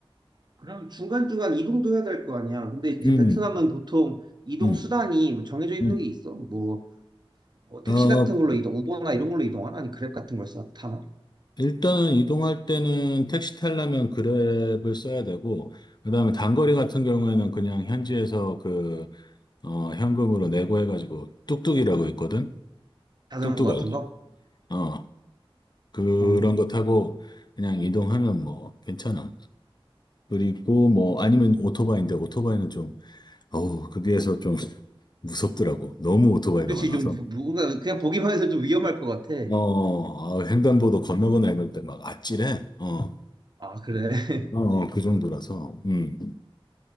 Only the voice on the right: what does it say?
그럼 중간중간 이동도 해야 될 거 아니야. 근데 이제
베트남은 보통 이동
수단이 뭐 정해져 있는
게 있어. 뭐, 뭐 택시
같은 걸로 이동, 우버나 이런 걸로 이동하나? 아니 그랩 같은 걸 써, 타나?
자전거
같은
거?
어.
그렇지,
좀군가 그냥 보기만 해서 좀 위험할 것 같아.
아, 그래. <laughs>